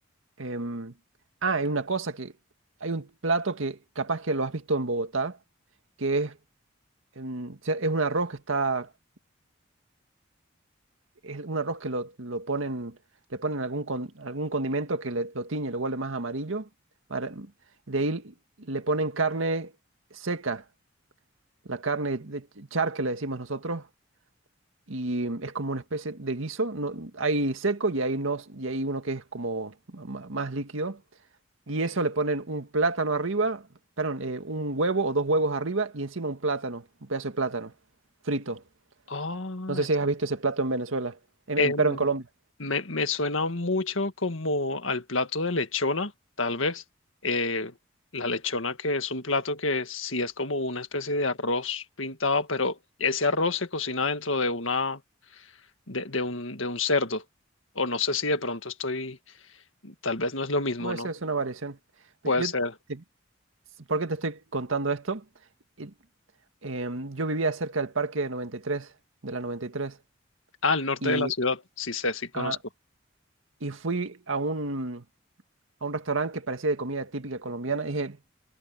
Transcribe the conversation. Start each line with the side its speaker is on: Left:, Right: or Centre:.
Right: em, ah, hay una cosa que, hay un plato que capaz que lo has visto en Bogotá, que es em, se- es un arroz que está, es un arroz que lo, lo ponen, le ponen algún, con- algún condimento que le- lo tiñe, lo vuelve más amarillo. para- de ahí le ponen carne seca, la carne de ch- char que le decimos nosotros, y es como una especie de guiso. No, hay seco y hay, no, y hay uno que es como ma- más líquido. Y eso le ponen un plátano arriba, perdón, eh, un huevo o dos huevos arriba y encima un plátano, un pedazo de plátano frito.
Left: Oh,
Right: No sé si has visto ese plato en Venezuela, en-
Left: Em,
Right: en- pero en Colombia.
Left: me, me suena mucho como al plato de lechona, tal vez. Eh, la lechona que es un plato que sí es como una especie de arroz pintado, pero ese arroz se cocina dentro de una, de, de un, de un cerdo. O no sé si de pronto estoy, tal vez no es lo mismo,
Right: O esa
Left: ¿no?
Right: es una variación.
Left: Puede
Right: Pe- Yo,
Left: ser.
Right: te- ¿por qué te estoy contando esto? Y, em, yo vivía cerca del parque de 93, de la 93,
Left: Ah, al norte
Right: y,
Left: de la ciudad,
Right: tres, y,
Left: sí sé, sí conozco.
Right: ah, y fui a un, a un restaurante que parecía de comida típica colombiana. Dije